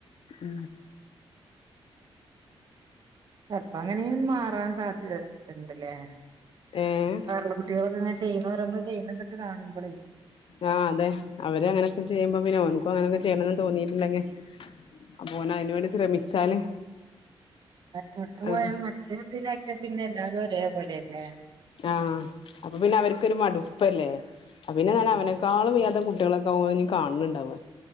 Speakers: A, on the left (about 65°); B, on the right (about 50°).
A: മ്.
B: ചെൽപ്പ അങ്ങനെയും മാറാൻ സാധ്യതണ്ട്ല്ലേ?
A: ഏഹ്
B: വേറൊള്ള കുട്ടികൾക്കെങ്ങനെ ചെയ്യുന്നവരോന്ന് ചെയ്യുന്നതക്കെ കാണുമ്പോളേ
A: ആഹ് അതെ അവരെ അങ്ങനൊക്കെ ചെയ്യുമ്പോ പിന്നെ ഓനക്കും അങ്ങനൊക്കെ ചെയ്യണന്ന് തോന്നിയിട്ടിണ്ടെങ്കി അപ്പോനയ്ന് വേണ്ടി ശ്രമിച്ചാല്
B: മറ്റടുത്ത്
A: അത്
B: പോയാ മറ്റേ ഇതിലാക്കിയ പിന്നെ എല്ലാരും ഒരേപോലെയല്ലേ
A: ആഹ് അപ്പൊ പിന്നെ അവർക്കൊരു മടുപ്പല്ലേ അ പിന്നെ
B: ഉം
A: അവനെക്കാളും വ്യാത്ത കുട്ടികളൊ ഓന് കാണുന്നുണ്ടാവ